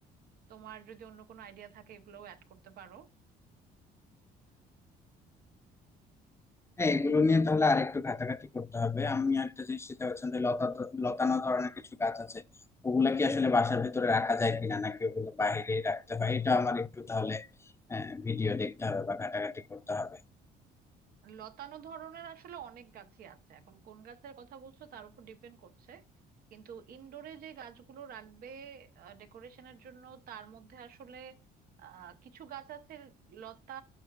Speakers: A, on the right; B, on the left.
A: তোমার যদি অন্য কোনো আইডিয়া থাকে এগুলোও অ্যাড করতে পারো
B: হ্যাঁ এগুলো নিয়ে তাহলে আরেকটু ঘাটাঘাটি করতে হবে আমি একটা জিনিস চিন্তা করছিলাম যে লতা লতানো ধরনের কিছু গাছ আছে ওগুলা কি আসলে বাসার ভিতরে রাখা যায় কিনা নাকি ওগুলো বাইরে রাখতে হয় এটা আমার একটু তাহলে ভিডিও দেখতে হবে বা ঘাটাঘাটি করতে হবে
A: লতানো ধরনের আসলে অনেক গাছই আছে এখন কোন গাছের কথা বলছো তার উপর ডিপেন্ড করছে কিন্তু ইনডোরে যে গাছগুলো রাখবে ডেকোরেশনের জন্য তার মধ্যে আসলে আহ, কিছু গাছ আছে লতা